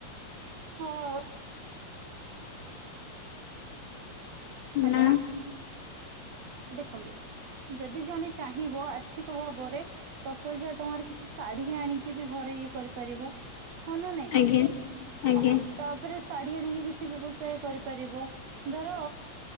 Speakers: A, on the right; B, on the left.
A: ହଁ ହ୍ୟାଲୋ
B: ନାଁ
A: ଦେଖନ୍ତୁ ଯଦି ଜଣେ ଚାହିଁବ ଆର୍ଥିକ ଭାବରେ ଦଶ ହଜାର ଟଙ୍କାରେ କିଛି ଶାଢୀ ଆଣିକି ବି ଘରେ ଇଏ କରିପାରିବ ହଁ ନା ନାଇଁ
B: ଆଜ୍ଞା ଆଜ୍ଞା
A: ହଁ ତାପରେ ଶାଢ଼ୀ ଆଣିକି କିଛି ବ୍ୟବସାୟ କରିପାରିବ ଧର